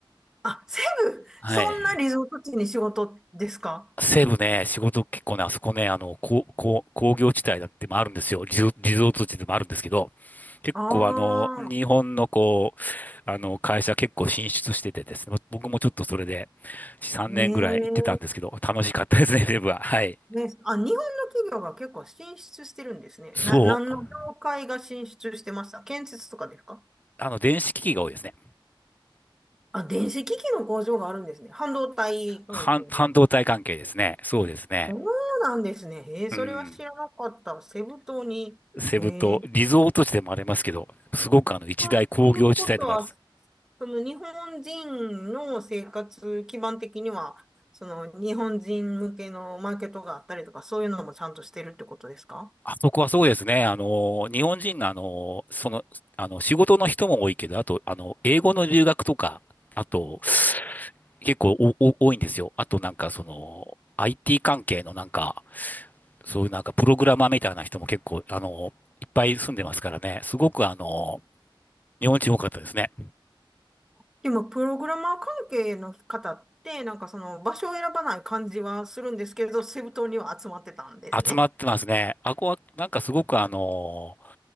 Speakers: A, in the centre; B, on the left.
A: あ、セブそんなリゾート地に仕事ですか
B: はい。西部ね、仕事結構ね、あそこね、あの、こう、こう、工業地帯だってもあるんですよ。リゾ、リゾート地でもあるんですけど、結構あの、
A: ああ
B: 日本のこう、あの、会社結構進出しててですね、僕もちょっとそれで3年ぐらい行ってたんですけど、
A: ー。ねえ
B: 楽しかったですね、<laughs> 西部は。はい。
A: ね、あ、日本の企業が結構進出してるんですね。
B: そう。
A: な、何の業界が進出してました建設とかですか
B: あの、電子機器が多いですね。
A: あ、電子機器の工場があるんですね。半導体関係。
B: 半、半導体関係ですね。そうですね。
A: そうなんですね。へえ、
B: うん。
A: それは知らなかった。セブ島に。
B: セブ島、
A: へえ、
B: リゾート地でもありますけど、すごくあの、
A: ということは、
B: 一大工業地帯でもある。
A: その日本人の生活基盤的には、その日本人向けのマーケットがあったりとか、そういうのもちゃんとしてるってことですか
B: あそこはそうですね。あの、日本人のあの、その、あの、仕事の人も多いけど、あと、あの、英語の留学とか、あと、結構おお多いんですよ。あとなんかその、IT 関係のなんか、そういうなんかプログラマーみたいな人も結構、あの、いっぱい住んでますからね。すごくあの、日本人多かったですね。
A: でも、プログラマー関係の方って、なんかその場所を選ばない感じはするんですけど、セブ島には集まってたんですね。
B: 集まってますね。あこはなんかすごくあの、